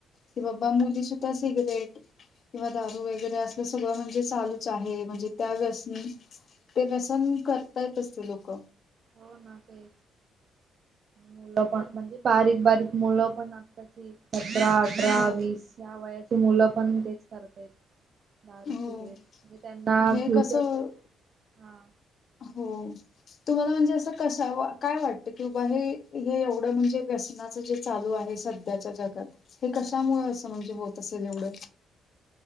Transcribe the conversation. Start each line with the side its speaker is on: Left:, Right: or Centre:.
Left: कि बाबा मुली सुद्धा सिगरेट किंवा दा वगैरे अस सगळं म्हणजे चालूच आहे म्हणजे त्या वसनी. ते व्यसन करतात असले लोक.
Right: हो ना ते. मुलं पण म्हणजे बारीक बारीक मुलं पण आताची सतरा, अठरा,
Left: हो
Right: वीस या वयाची मुलं पण तेच करत आहेत. दारू
Left: हो.
Right: सिगरेट म्हणजे त्यांना
Left: हे
Right: फ्युचर
Left: कसं
Right: हा.
Left: हो. तुम्हाला म्हणजे असं कश काय वाटतं की बाहे हे एवढं म्हणजे व्यसनाचं जे, चालू आहे सध्याच्या जगात हे कशामुळे असं म्हणजे होत असेल एवढं.